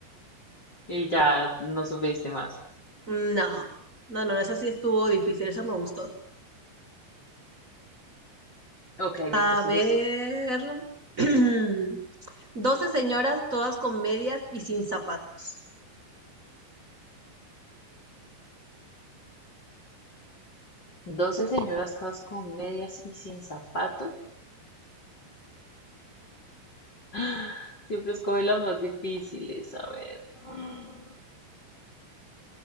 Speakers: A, on the left; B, on the right.
A: y ya no supiste más.
B: No, no, no, esa sí estuvo difícil, esa me gustó.
A: Ok,
B: A
A: listo, sigues
B: ver.
A: tú.
B: <clears throat> Doce señoras, todas con medias y sin zapatos.
A: Doce señoras todas con medias y sin zapatos. <gasps> Siempre escoge las más difíciles, a ver. Mm.